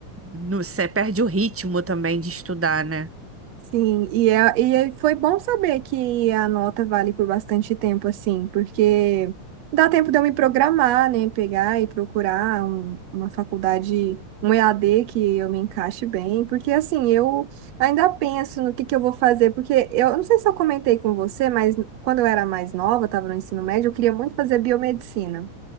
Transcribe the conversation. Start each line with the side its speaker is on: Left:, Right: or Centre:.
Centre: você perde o ritmo também de estudar, né?
Right: Sim, e, é, e é- foi bom saber que a nota vale por bastante tempo, assim, porque dá tempo de eu me programar, né? Pegar e procurar um- uma faculdade, um EAD que eu me encaixe bem, porque assim, eu ainda penso no que que eu vou fazer, porque eu não sei se eu comentei com você, mas quando eu era mais nova, estava no ensino médio, eu queria muito fazer biomedicina.